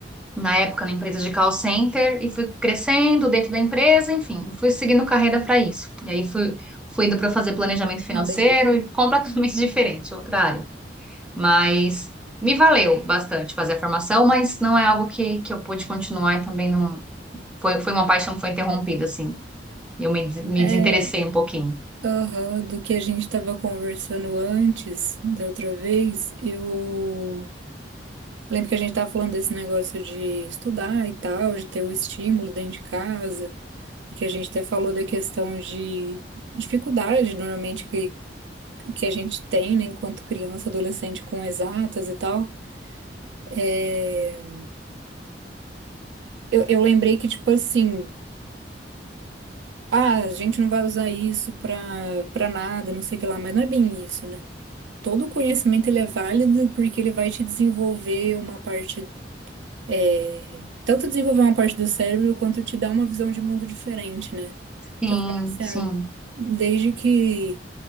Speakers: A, in the centre; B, on the right.
A: na época na empresa de call center e fui crescendo dentro da empresa, enfim, fui seguindo carreira para isso. E aí fui, fui indo para fazer planejamento financeiro
B: Ah, beleza.
A: e completamente <laughs> diferente, outra área. Mas me valeu bastante fazer a formação, mas não é algo que, que eu pude continuar e também não foi, foi uma paixão que foi interrompida, assim. Eu me, des- me
B: É,
A: desinteressei um pouquinho.
B: Aham, do que a gente estava conversando antes, da outra vez, eu lembro que a gente estava falando desse negócio de estudar e tal, de ter o estímulo dentro de casa, e que a gente até falou da questão de dificuldade, normalmente, que, que a gente tem, né, enquanto criança, adolescente, com exatas e tal. É, Eu, eu lembrei que, tipo assim, ah, a gente não vai usar isso pra, pra nada, não sei o que lá, mas não é bem isso, né? Todo conhecimento ele é válido porque ele vai te desenvolver uma parte, é, tanto desenvolver uma parte do cérebro quanto te dar uma visão de mundo diferente, né?
A: Sim,
B: Então, eu falo assim,
A: sim,
B: ah, desde que